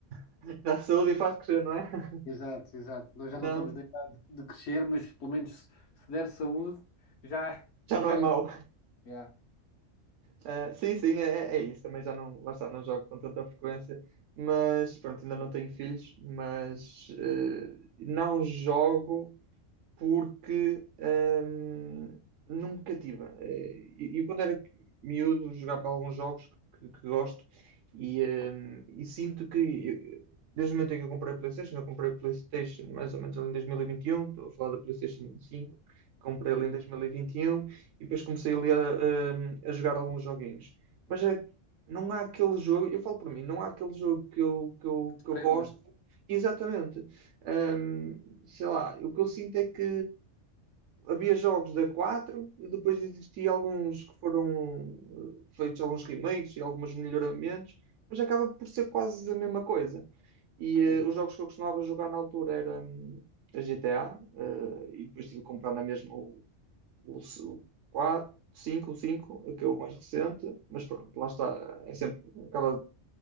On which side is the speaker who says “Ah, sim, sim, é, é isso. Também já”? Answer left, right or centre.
Right